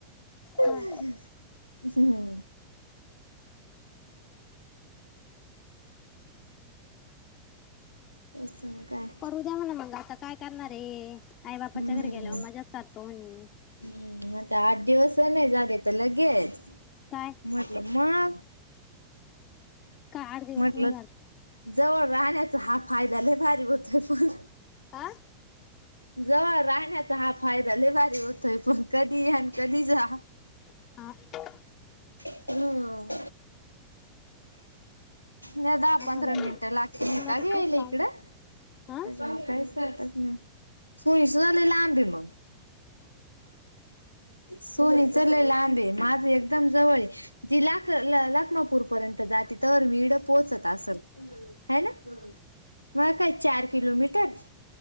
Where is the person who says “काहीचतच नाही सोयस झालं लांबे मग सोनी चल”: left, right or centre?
Left